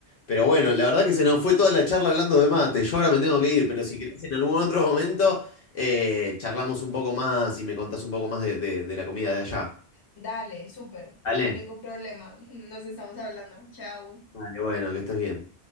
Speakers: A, on the left; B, on the left.
A: Pero bueno, la verdad que se nos fue toda la charla hablando de mate. Yo ahora me tengo que ir, pero si querés en algún otro momento, eh, charlamos un poco más y me contás un poco más de, de de la comida de allá.
B: Dale, súper, no
A: ¿Vale?
B: hay ningún problema. <laughs> Nos estamos hablando. Chao.
A: Vale, bueno, que estés bien.